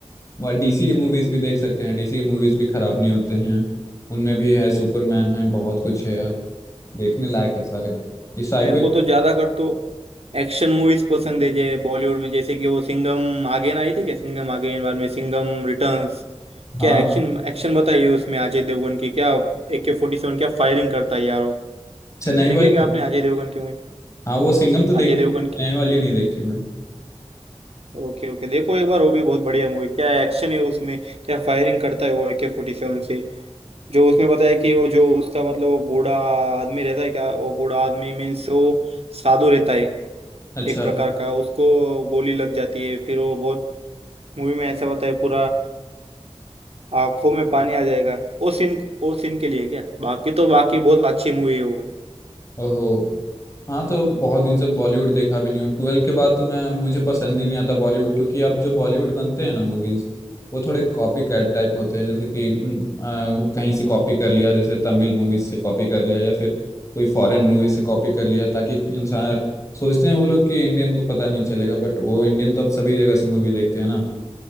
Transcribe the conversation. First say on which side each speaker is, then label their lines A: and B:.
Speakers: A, on the left; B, on the right.
A: डीसी की मूवीज भी देख सकते हैं डीसी की मूवीज भी खराब नहीं होते हैं उनमें भी है सुपरमैन है बहुत कुछ है देखने लायक है सारे ये साईफाई
B: मेरे को तो ज्यादा कर तो एक्शन मूवीज पसंद है जे बॉलीवुड में जैसे कि वो सिंघम आगेन आई थी क्या सिंघम आगेन बाद में सिंघम रिटर्न्स क्या
A: हाँ
B: एक्शन एक्शन बताइए उसमें अजय देवगन की क्या ए के फोर्टी सेवन क्या फायरिंग करता है यार वो
A: चेन्नई
B: देखिए
A: वाली
B: क्या आपने अजय देवगन की मूवी
A: हाँ वो सिंघम तो देखी
B: अजय देवगन
A: चेन्नई
B: की
A: वाली नहीं देखी मैं
B: ओके ओके देखो एक बार वो भी बहुत बढ़िया मूवी क्या एक्शन है उसमें क्या फायरिंग करता है वो ए के फोर्टी सेवन से जो उसमें पता है कि वो जो उसका मतलब वो बूढ़ा आदमी रहता है क्या वो बूढ़ा आदमी मीन्स वो साधु रहता है
A: अच्छा
B: एक प्रकार का उसको गोली लग जाती है फिर वो बहुत मूवी में ऐसा बताया पूरा आंखों में पानी आ जाएगा वो सीन वो सीन के लिए क्या बाकी तो बाकी बहुत अच्छी मूवी है वो
A: ओहो हाँ तो बहुत दिन से बॉलीवुड देखा भी नहीं हूँ ट्वेल्व के बाद तो मैं मुझे पसंद ही नहीं आता बॉलीवुड क्योंकि अब जो बॉलीवुड बनते हैं ना मूवीज वो थोड़े कॉपी कैट टाइप होते हैं जैसे कि हम्म, अ, कहीं से कॉपी कर लिया जैसे तमिल मूवीज से कॉपी कर लिया या फिर कोई फॉरेन मूवी से कॉपी कर लिया ताकि इंसान सोचते हैं वो लोग कि इंडियन को पता नहीं चलेगा बट वो इंडियन तो अब सभी जगह से मूवी देखते हैं ना